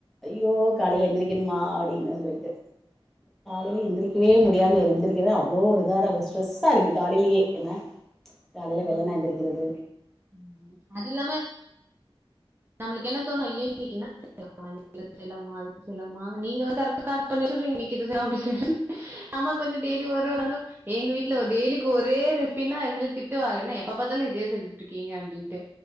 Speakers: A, in the centre; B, on the right.
A: ஐயோ காலேல எந்திரிக் கணுமா அப்டின்னு சொல்லிட்டு காலேல எந்திரிக்கவே முடியாம எந்திரி கது அவ்வளோ ஒரு இதாதா
B: ம்
A: ஸ்ட்ரெஸ்ஸா இருக்கு காலேலயே என்ன காலேல வெள்ளன
B: ஆமா
A: எந்திரிக்கிறது
B: கரெக்ட் ம் அது இல்லாம நம்மளுக்கு என்ன தோணு ஐயோ இன்னிக்கி என்ன ஐயோ இன்னிக்கி இது செய்யலாமா அது செய்யலாமா நீங்க கரெக்ட் பண்ணி வச்சிர்றீங்க இன்னக்கி இதுதா அப்டி சொல்லிட்டு ஆமா கொஞ்சோ டெய்லி ஒரு ஒரு எங்க வீட்ல ஒரு டெய்லிக் கு ஒரே ரெசிபினா எங்க வீட்ல திட்டுவாங்க என்ன எப்ப பாத்தாலு இதே செஞ்சுட்டு இருக்கீங்க அப்டின்ட்டு